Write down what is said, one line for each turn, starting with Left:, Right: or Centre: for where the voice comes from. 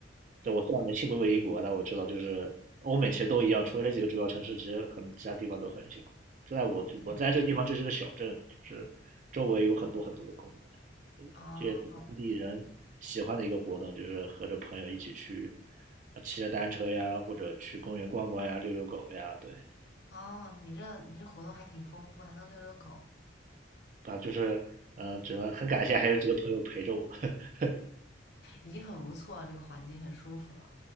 Right: 对我虽然没去过英国，但我知道就是欧美其实都一样，除了这几个主要城市，其实很其他地方都很小。就在我我在这个地方就是个小镇，
Left: 嗯，
Right: 就是周围有很多很多的公园，
Left: 哦
Right: 这也是当地人喜欢的一个活动，就是和着朋友一起去，呃骑着单车呀，或者去公园逛逛呀，遛遛狗呀，对，
Left: 哦，你这你这活动还挺丰富，还能遛遛狗，
Right: 啊，就是呃，只能很感谢还有几个朋友陪着我。<laughs>
Left: 已经很不错了，这个环境很舒服了。